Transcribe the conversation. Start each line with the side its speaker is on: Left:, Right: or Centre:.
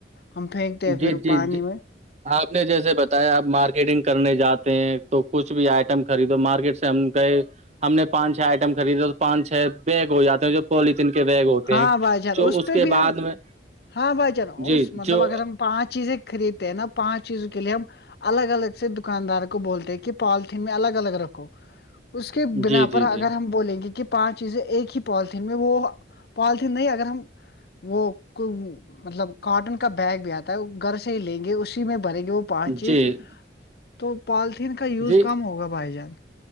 Left: ہم پھینکتے ہیں پھر
Right: جی جی
Left: پانی
Right: جی
Left: میں
Right: آپ نے جیسے بتایا آپ مارکیٹنگ کرنے جاتے ہیں تو کچھ بھی آئٹم خریدو مارکیٹ سے ہم گئے ہم نے پانچ چھ آئٹم خریدے تو پانچ چھ بیگ ہو جاتے ہیں جو پولیتن کے بیگ ہوتے
Left: ہاں
Right: ہیں
Left: بھائی جان
Right: جو اس
Left: پہ
Right: کے
Left: بھی
Right: بعد
Left: ہم
Right: میں
Left: ہاں بھائی جان
Right: جی
Left: اس مطلب
Right: جو
Left: اگر ہم پانچ چیزیں خریدتے ہیں نا پانچ چیزوں کے لیے ہم الگ الگ سے دکاندار کو بولتے ہیں کہ پالتھین میں الگ الگ رکھو اس کے بنا
Right: جی جی
Left: پر اگر
Right: جی
Left: ہم بولیں گے کہ پانچ چیزیں ایک ہی پالیتھین میں وہ پالیتین نہیں اگر ہم وہ کو مطلب کاٹن کا بیگ بھی آتا ہے وہ گھر سے ہی لیں گے اسی میں بھریں گے وہ پانچ چیز
Right: جی
Left: تو پالیتھیین کا یوز
Right: جی
Left: کم ہوگا بھائی جان